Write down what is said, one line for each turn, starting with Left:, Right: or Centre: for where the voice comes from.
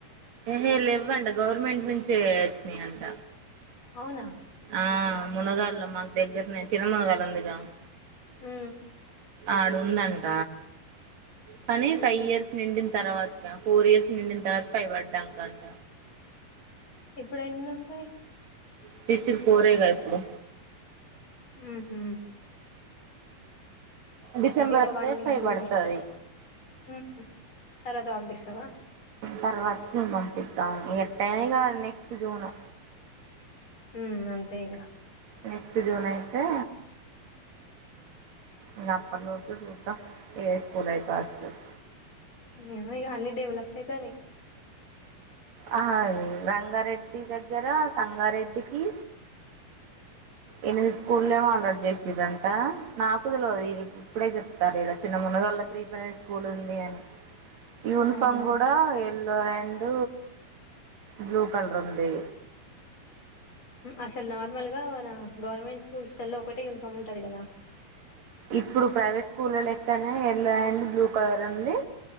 Right: హే లే ఇవ్వంట గవర్నమెంట్ నుంచి వచ్చినాయి అంట
Left: అవునా
Right: ఆ మునగాళ్లో మాకు దగ్గరనే తిన మునగాలుందిగా
Left: హు
Right: ఆడుందంట కానీ
Left: ఉహు
Right: ఫైవ్ ఇయర్స్ నిండి తర్వాత ఫోర్ ఇయర్స్ నిండిన తర్వాత పైపడ కంట
Left: ఇప్పుడు ఎన్ని ఉంటాయి
Right: <unintelligible> ఫోర్ రేగా ఇప్పుడు
Left: హు హు
Right: డిసెంబర్
Left: ఇంకో
Right: వేస్తే
Left: వన్
Right: ఫైవ్
Left: ఇయర్
Right: పడుతుది
Left: ఊర్లి ఉమ్ తర్వాత పంపిస్తావా
Right: తర్వాత పంపిద్దాను ఎ టనగా నెక్స్ట్ జూను
Left: ఉ అంత ఇ
Right: నెక్స్ట్ జోన్ అయితే ఇంకా అప్పటి లోపు చూద్దాం ఎ స్కూల్ అయితే ఆ స్కూల్
Left: ఏ ఇ అన్ని డెవలప్ అయితానే
Right: అ అది రంగారెడ్డి దగ్గర సంగారెడ్డికి ఎనిమిది స్కూళ్ల్లో అలవాటు చేసదంట నాకు తెలియదు ఇప్పుడే చెప్తారు ఇడ చిన్న ముందు ప్రీ ప్రమరీ స్కూల్ ఉంది అని యూనిఫామ్
Left: అవును
Right: కూడా అండ్ బ్లూ కలర్ ఉంది
Left: అసలు నార్మల్ గా మన గవర్నమెంట్ స్కూల్స్ లో ఒకటే యూనిఫామ్ ఉంటది కదా
Right: ఇప్పుడు ప్రైవేట్ స్కూల లెక్కనే యల్లో అండ్ బ్లూ కలర్ అండి